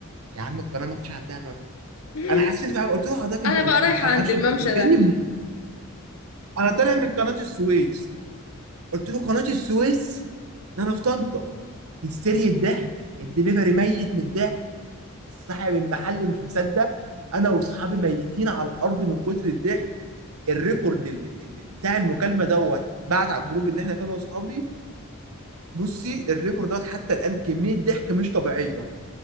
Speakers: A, on the right; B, on the left.
A: يا عم القناه ما فيش عندها
B: <laughs>
A: انا حسيت بقى قلت له حضرتك انت
B: انا
A: انت
B: بقى
A: انت-
B: رايحه
A: انا
B: عند
A: معلش
B: الممشى
A: انت انت بتكلمني
B: ده
A: منين؟ انا طالع من قناه السويس قلت له قناه السويس ده انا في طنطا هستيريا الضحك الدليفري ميت من الضحك صاحب المحل مش مصدق انا واصحابي ميتين على الارض من كتر الضحك الريكورد ال- ال- ال- بتاع المكالمه دوت اتبعت على الجروب اللي احنا فيه انا واصحابي بصي الريكورد دوت حتى الان كميه ضحك مش طبيعيه